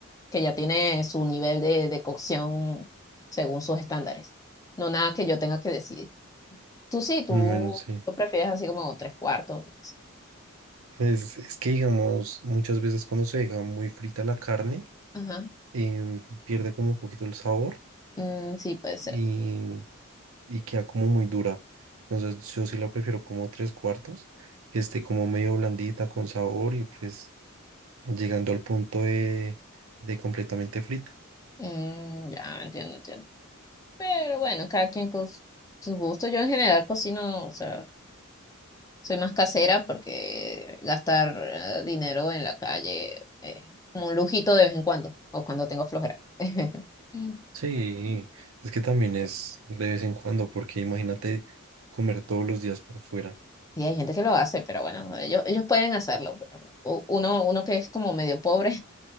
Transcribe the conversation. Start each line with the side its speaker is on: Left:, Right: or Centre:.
Left: que ya tiene su nivel de, de cocción según sus estándares. No nada que yo tenga que decidir. Tú sí, tú
Right: bueno, sí.
Left: lo prefieres así como tres cuartos. yo qué sé.
Right: Pues es que digamos, muchas veces cuando se deja muy frita la carne,
Left: Ajá.
Right: em, pierde como un poquito el sabor.
Left: Mm, sí, puede ser.
Right: y y queda como muy dura. Entonces yo sí la prefiero como tres cuartos, que esté como medio blandita con sabor y pues llegando al punto de, de completamente frita.
Left: Mm, ya, entiendo, entiendo. Pero bueno, cada quien con s- sus gustos. Yo en general cocino, o sea, soy más casera porque gastar eh, dinero en la calle es como un lujito de vez en cuando, o cuando tengo flojera. <laughs>
Right: Sí, es que también es de vez en cuando, porque imagínate comer todos los días por fuera.
Left: Sí, hay gente que lo hace, pero bueno, no, ellos, ellos pueden hacerlo. pero u- Uno, uno que es como medio pobre,